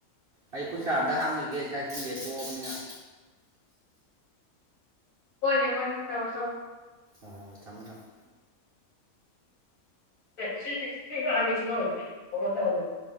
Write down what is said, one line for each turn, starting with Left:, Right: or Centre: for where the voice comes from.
Right: ꯑꯩ ꯈꯨꯠꯁꯥ ꯑꯝꯗ ꯍꯥꯝꯒꯤꯒꯦ ꯆꯥꯛ ꯏꯁꯤꯡꯖꯦ ꯇꯣꯛꯑꯕꯅꯤꯅ
Left: ꯍꯣꯏꯅꯦ ꯍꯣꯏꯅꯦ ꯇꯧꯔꯣ ꯇꯧꯔꯣ
Right: ꯑ ꯊꯃꯃꯣ ꯊꯝꯃꯣ
Left: <unintelligible>